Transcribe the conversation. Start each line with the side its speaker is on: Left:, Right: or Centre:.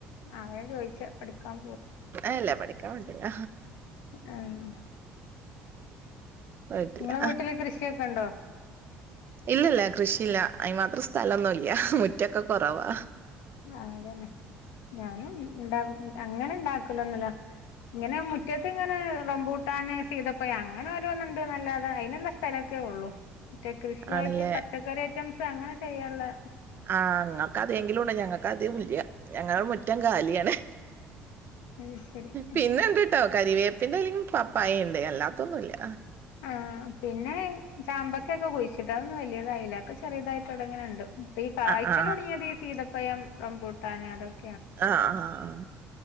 Left: ആ അതാ ചോദിച്ചെ പഠിക്കാൻ
Right: അഅല്ല പഠിക്ക ക്ക വിട്ടില്ല
Left: ആഹ്
Right: പോയിട്ടില്ല
Left: ഇങ്ങളെ വീട്ടില് കൃഷിയൊക്കെ ഇണ്ടോ
Right: ഇല്ലല്ല കൃഷിയില്ല അയിന് മാത്രം സ്ഥല ന്നുമില്ല മുറ്റൊക്കെ കുറവാ
Left: ആ അതന്നെ ഞാനും ഉണ്ടകും അങ്ങനെ ഉണ്ടാക്കല ഒന്നല്ലോ ഇങ്ങനെ മു ഇങ്ങനെൂട്ട കിട്ടാന് സീതപ്പ അങ്ങനെ രോന്നുണ്ട് നല്ലാതെ അതിനുള്ള സ്ഥലമൊക്കെ ഉള്ളു മറ്റേ കൃഷിയായിട്ട്
Right: ആണല്ലേ
Left: പച്ചക്കറി ഐറ്റംസ് അങ്ങനെ ചെയ്യാനുള്ള
Right: ആഹ അതെങ്കിലും ഉണ്ട ഞങ്ങൾക്ക് അദ്യംമല് ഞങ്ങളുടെ മുറ്റം കാലിയാണ്
Left: അത് ശരി
Right: പിന്നെണ്ട് കേട്ടോ കരിവേപ്പിന്റെ അല്ലെങ്കിൽ പപ്പായ ഉണ്ട് അല്ലാത്തൊന്നുമ ഇല്ല
Left: ആ പിന്നെ ചാമ്പക്കൊക്കെ കുഴിച്ചിട്ട അന്ന വ വലതായലൊക്കെ ചെറിയതായി തുടങ്ങിണ്ട് അഈ കാഴ്ചൽ
Right: ആഹ് ആഹ്
Left: തുടങ്ങിയതി സീതം സ്വയം റംമ്പൂട്ടാനെ അതൊക്കെ
Right: ആഹ ആഹ ആഹ